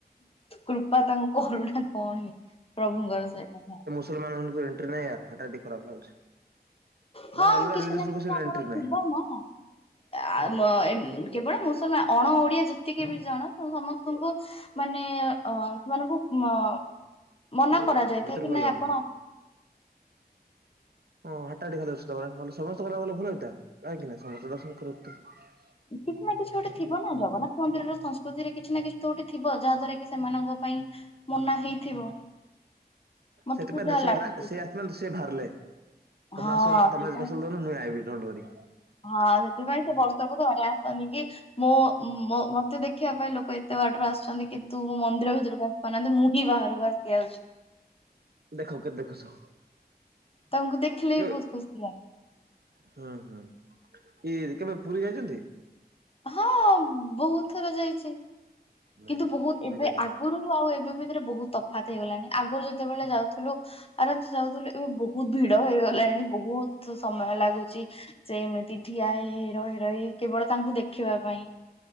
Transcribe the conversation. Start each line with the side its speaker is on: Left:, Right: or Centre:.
Left: କୃପା ତାଙ୍କୁ କରୁନା କଣ ପ୍ରଭୁଙ୍କର ସେଇଟା।
Right: ମୁସଲମାନଙ୍କୁ ଏଣ୍ଟ୍ରି ନାହିଁ <unintelligible> ଖରାପ ଲାଗୁଛି।
Left: ହଁ
Right: ମାନେ ଅଲଗା
Left: କିଛି
Right: ରିଲିଜିଅସ୍
Left: ନା
Right: ଲୋକ
Left: କିଛି
Right: ସେଟା
Left: ଆମର
Right: ଏଣ୍ଟ୍ରି ନାହିଁ
Left: ଥିବ ନା। ଆ‌ <unintelligible> କେବଳ ମୁଁ ସେ ଅଣ ଓଡ଼ିଆ ଯେତିକି ବି ଜଣ ସମସ୍ତଙ୍କୁ ମାନେ ଅ ସୋନଙ୍କୁ ଅ ମନା କରାଯାଇଥାଏ
Right: ଭିତରକୁ
Left: କି
Right: ଆଲାଉ
Left: ନାଇଁ ଆପଣ
Right: ନାହିଁ। ହଁ <unintelligible>
Left: କିଛି ନା କିଛି ଗୋଟେ ଥିବ ନା ଜଗନ୍ନାଥ ମନ୍ଦିର ର ସଂସ୍କୃତିରେ କିଛି ନା କିଛି ତୋ ଗୋଟ ଥିବ ଯାହାଦ୍ଵାରା କି ସେମାନଙ୍କ ପାଇଁ ମନା ହେଇଥିବ। ମତେ
Right: ସେଥିପାଇଁ
Left: ଯାହା
Right: ତ ସେ
Left: ଲାଗୁଛି
Right: ସେ ଆସି ତ ସେ ବାହାରିଲେ। ତମେ
Left: ହଁ
Right: ଆସନ ତମେ
Left: ସେଇପାଇଁ
Right: <unintelligible> ଡୋ଼ଣ୍ଟ ୱରୀ।
Left: ହଁ ସେଥିପାଇଁ ସେ ବର୍ଷକୁ ଧରି ଆସନ୍ତି କି ମୋ ମତେ ଦେଖିବା ପାଇଁ ଲୋକ ଏତେ ବାଟରୁ ଆସୁଛନ୍ତି କିନ୍ତୁ ମୋ ମନ୍ଦିର ଭିତରୁ ବା <unintelligible> ବାହାର <unintelligible>
Right: ଦେଖ କେତେ ଦେଖୁଛ।
Left: ତାଙ୍କୁ ଦେଖିଲେ
Right: କେ
Left: ବି ବହୁତ୍ ଖୁସି ଲାଗେ।
Right: ହୁଁ ହୁଁ ଇଏ କେବେ ପୁରୀ ଯାଇଛନ୍ତି?
Left: ହଁ ବହୁତ୍ ଥର ଯାଇଛି।
Right: ନାଇଁ
Left: କିନ୍ତୁ
Right: କାକା
Left: ବହୁତ୍
Right: ମୁଁ
Left: ଏବେ
Right: ଏକା ଯାଏ
Left: ଆଗରୁ ଆଉ ଏବେ ଭିତରେ ବହୁତ୍ ତଫାତ ହେଇଗଲାଣି ଆଗରୁ ଯେତେବେଳେ ଯାଉଥିଲୁ ଆରାମ ସେ ଯାଉଥିଲେ ଏବେ ବହୁତ୍ ଭିଡ଼ ହେଇଗଲାଣି ବହୁତ୍ ସମୟ ଲାଗୁଛି। ସେ ଏମିତି ଠିଆ ହେଇ ରହି ରହି କେବଳ ତାଙ୍କୁ ଦେଖିବା ପାଇଁ।